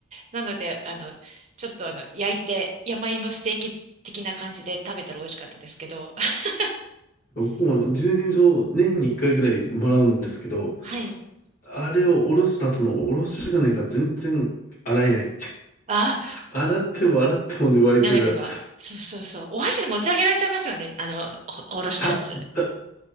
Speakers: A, on the right; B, on the left.
A: なので、あの、ちょっとあの、焼いて、山芋ステーキ的な感じで食べたら美味しかったですけど、<laughs>
B: 僕もあの、自然薯年に1回ぐらいもらうんですけど、
A: はい。
B: あれをおろした後のおろし金が全然洗えない。<laughs>
A: あ、
B: 洗っても洗っても粘り気が、
A: ネバネバ。そうそうそう。お箸で持ち上げられちゃいますよね。あの、おおろしたやつ。
B: あ、あ、